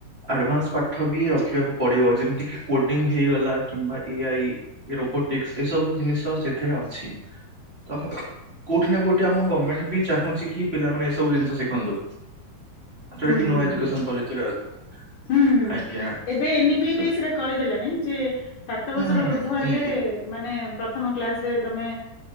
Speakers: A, on the right; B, on the left.
A: ଆଡ଼ଭାନ୍ସ ପାଠ ବି ରଖିବାକୁ ପଡିବ ଯେମିତିକି କୋଡିଙ୍ଗ ହେଇଗଲା କିମ୍ବା ଏ ଆଇ ରୋବୋଟିକ୍ସ ରେ ସବୁ ଜିନିଷ ସେଥିରେ ଅଛି। ତ କୋଉଠି ନା କୋଉଠି ଆମ ଗମେଣ୍ଟ ବି ଚାହୁଁଛି କି ପିଲାମାନେ ଏସବୁ ଜିନିଷ ଶିଖନ୍ତୁ। ଯୋଉଟା
B: ହୁଁ
A: କି
B: ହୁଁ
A: ନୂଆ ଏଜୁକେଶନ
B: ହୁଁ।
A: ପଲିସି ରେ ଅଛି
B: ହୁଁ ହୁଁ
A: ଆଜ୍ଞା।
B: ଏବେ ଏନିପି
A: ତ
B: ବେଶ ରେ କରିଦେଲାଣି ଯେ ସାତ ବର୍ଷରୁ
A: ହୁଁ ହୁଁ
B: ଉର୍ଦ୍ଧ୍ୱ ହେଲେ
A: ଏମିତି
B: ମାନେ ପ୍ରଥମ କ୍ଲାସ ରେ ତମେ